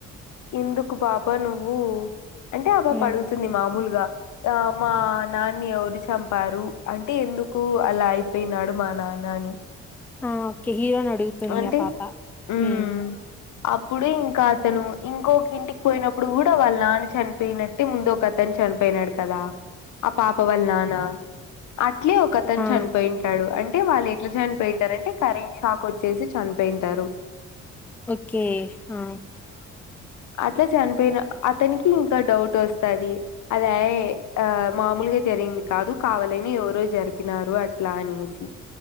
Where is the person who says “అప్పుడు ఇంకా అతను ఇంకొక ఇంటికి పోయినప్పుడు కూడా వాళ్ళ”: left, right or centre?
Left